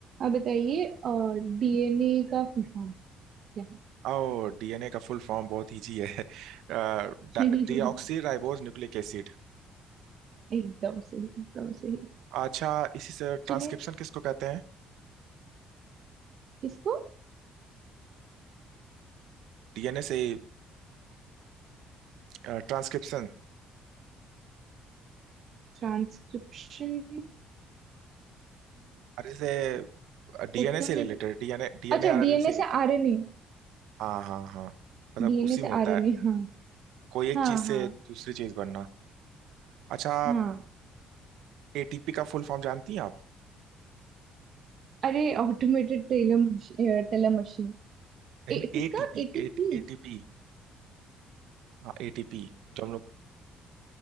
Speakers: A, on the right; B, on the right.
A: आप बताइए डीएनए का फुल फॉर्म क्या है
B: Oh DNA का फुल फॉर्म बहुत इजी है डीऑक्सी
A: <laughs>
B: राइबोज न्यूक्लिक एसिड
A: एकदम सही एकदम सही
B: अच्छा इसी से ट्रांसक्रिप्शन
A: चलिए
B: किसको कहते हैं
A: इसको
B: डीएनए से ट्रांसक्रिप्शन
A: ट्रांसक्रिप्शन
B: अरे से डीएनए
A: वो तो नहीं
B: से रिलेटेड डीएनए डीएनए
A: अच्छा
B: आरएनए
A: डीएनए
B: से रिलेटेड
A: से आरएनए
B: हाँ हाँ हाँ मतलब
A: डीएनए
B: उसी
A: से
B: में होता
A: आरएनए
B: है
A: हाँ
B: कोई एक
A: हाँ
B: चीज से
A: हाँ
B: दूसरी चीज बनना अच्छा
A: हाँ
B: एटीपी का फुल फॉर्म जानती हैं आप
A: अरे ऑटोमेटेड टेलर टेलर मशीन
B: नहीं
A: ए, किसका
B: एटीपी
A: एटीपी
B: एटीपी हाँ एटीपी जो हम लोग